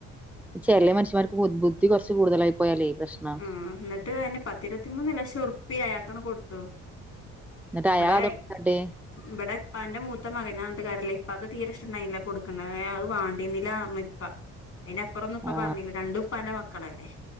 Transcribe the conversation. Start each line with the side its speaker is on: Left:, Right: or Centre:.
Centre: ചിലിയ മനുഷമാർക്ക് ബുദ്ധി കുച്ച് കൂടുതലായി പോയാലേഈ പ്രശ്ം
Left: ആഹ് എന്നിട്ട് അയിനെ പത്തിരുപത്തിമൂന്ന് ലക്ഷം ഉറുപ്പി ആയാക്കണ കൊടുത്തു
Centre: എന്നട്ട്
Left: ഇവിടെ
Centre: അയാളതൊ <unintelligible>
Left: ഇവിടെ ഇപ്പ എന്റെ മൂത്തത്തെ മകനട്ട കാര്യല്ല ഇപ്പൊക്കെ തീരെ ഇഷ്ടണ്ടായില്ല കൊടുക്കണ അത് വാണ്ടീന്നില്ല ആറഞ് ഇപ്പാ അതിന്പ്പറൊന്നും ഇപ്പ
Centre: ആ
Left: പറഞ്ഞില്ല രണ്ടുംപ്പന്റെ മക്കളല്ലേ